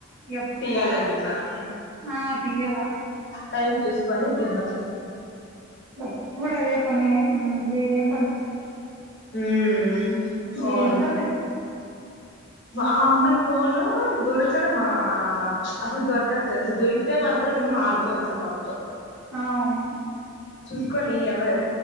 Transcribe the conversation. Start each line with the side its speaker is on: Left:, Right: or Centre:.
Right: ఎప్
Left: కాలండి మనం
Right: ఆ తీయాల
Left: టైం చూసుకొని తీద్దాం
Right: ఎప్పుడు అదే పని ఇగేం
Left: హ్మ్ అవును
Right: ఏంటోలే
Left: మా ఆ అమ్మాయి ఫోను దొరకడమా ఆ అసలు దొరకద్ తెలిసి దొరికితే మాత్రం ఆడుకోవచ్చు ఆ పాపతో
Right: ఆ అవున్
Left: చూసుకొని ఎవర్